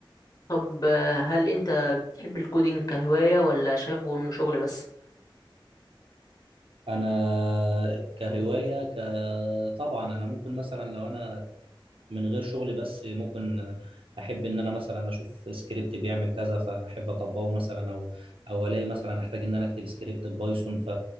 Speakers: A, on the left; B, on the right.
A: طب آه، هل أنت بتحب الكودينج كهواية ولا شايفه إنه شغل بس؟
B: انا كهوايه ك طبعا انا ممكن مثلا لو انا من غير شغلي بس ممكن احب ان انا مثلا اشوف سكريبت بيعمل كذا فاحب اطبقه مثلا او او الاقي مثلا احتاج ان انا اكتب سكريبت بايثون ف